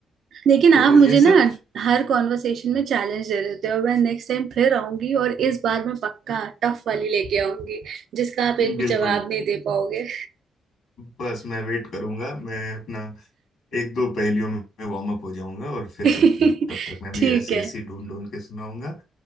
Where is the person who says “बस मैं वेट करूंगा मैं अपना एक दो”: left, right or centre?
Left